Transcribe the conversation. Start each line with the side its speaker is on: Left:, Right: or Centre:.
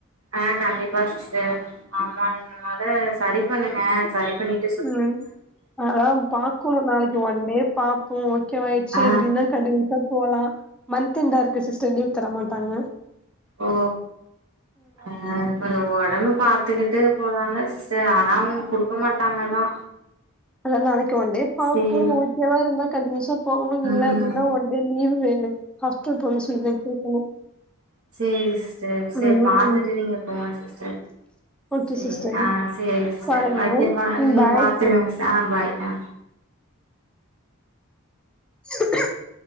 Right: ஆ கண்டிப்பா சிஸ்டர் ஆமா நீங்க மொத சரி பண்ணுங்க சரி பண்ணிட்
Centre: ம் அதலா பாக்கணோ நாளைக்கு ஒன் டே பாப் போ ஓகே வா ஆய்ட்ச்சு
Right: ஆ
Centre: அப்டீனா கண்டினியூஸா போலா மந்த் எண்டாருக்கு சிஸ்டர் லீவ் தரமாட்டாங்க
Right: ஓ ஆ கொஞ்சோ ஒடம்பு பாத்துக்கிட்டே போலாலா சிஸ்டர் ஆனா அவுங்க குடுக்க மாட்டாங்கதா
Centre: அதா நாளைக்கு ஒண்டே பாப்போ
Right: சேரி
Centre: ஓகேவா இருந்தா கண்டினியூசா போவோ
Right: ம்
Centre: இல்ல அப்டீன்னா ஒ இங்க லீவுங் கெடயாது ஹாஸ்பிடல் போறன் சொல்லிதா கேக்கனோ
Right: செரி சிஸ்டர் செரி
Centre: ம்
Right: பாத்துட்டு நீங்க போங்க சிஸ் ச
Centre: ஓகே
Right: செரி
Centre: சிஸ்டர்
Right: ஆ செரி சிஸ்டர்
Centre: பாருங்க
Right: வெக்கவா நீங்க
Centre: ம் பாய்
Right: பாத்து ஆ பாய் அ
Centre: <inaudible>